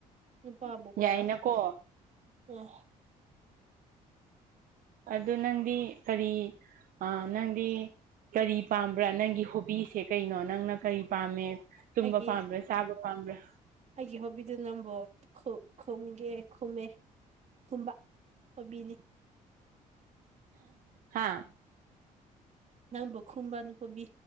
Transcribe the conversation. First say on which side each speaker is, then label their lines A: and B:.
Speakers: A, on the right; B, on the right.
A: ꯅꯨꯄꯥꯕꯨ ꯀꯣꯏꯔꯣ
B: ꯌꯥꯏꯅꯀꯣ
A: ꯑꯥ
B: ꯑꯗꯨ ꯅꯪꯗꯤ ꯀꯔꯤ ꯑꯥ ꯅꯪꯗꯤ ꯀꯔꯤ ꯄꯥꯝꯕ꯭ꯔꯥ ꯅꯪꯒꯤ ꯍꯣꯕꯤꯁꯦ ꯀꯩꯅꯣ ꯅꯪꯅ ꯀꯔꯤ ꯄꯥꯝꯃꯦ ꯇꯨꯝꯕ
A: ꯑꯩꯒꯤ
B: ꯄꯥꯝꯕ꯭ꯔꯥ ꯆꯥꯕ ꯄꯥꯝꯕ꯭ꯔꯥ
A: ꯑꯩꯒꯤ ꯍꯣꯕꯤꯗꯨ ꯅꯝꯕꯣ ꯈꯨ ꯈꯨꯝꯒꯦ ꯈꯨꯝꯃꯦ ꯈꯨꯝꯕ ꯍꯣꯕꯤꯅꯤ
B: ꯍꯥꯥ
A: ꯅꯪꯕꯨ ꯈꯨꯨꯝꯕꯅ ꯍꯣꯕꯤ